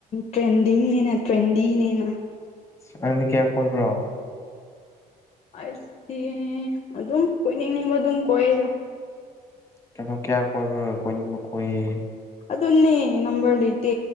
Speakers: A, on the left (about 40°); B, on the left (about 15°).
A: ꯇ꯭ꯔꯦꯟꯗꯤꯡꯅꯦꯅ ꯇ꯭ꯔꯦꯟꯗꯤꯅꯦꯅ
B: ꯅꯪꯗꯤ ꯀꯌꯥ ꯀꯣꯏꯕ꯭ꯔꯣ
A: <inaudible> ꯑꯩꯗꯤ ꯑꯗꯨꯝ ꯀꯣꯏꯅꯤꯡꯕ ꯑꯗꯨꯝ ꯀꯣꯏꯌꯦꯗ
B: ꯀꯩꯅꯣ ꯀꯌꯥ ꯀꯣꯏꯕ꯭ꯔꯣ ꯀꯣꯏꯅꯤꯕ ꯀꯣꯏꯌꯦ
A: ꯑꯗꯨꯅꯦ ꯅꯝꯕꯔ ꯂꯩꯇꯦ